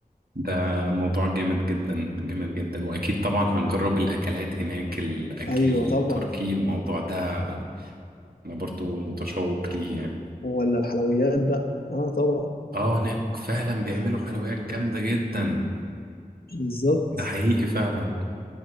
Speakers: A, on the right (about 90°); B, on the left (about 85°).
A: ده موضوع جامد جدا جامد جدا واكيد طبعا هنجرب الاكلات هناك الاكل
B: ايوه
A: التركي
B: طبعا
A: الموضوع ده انا برضو متشوق ليه يعني
B: ولا الحلويات بقى اه طبعا
A: اه هناك فعلا بيعملوا حلويات جامدة جدا
B: بالظبط
A: ده حقيقي فعلا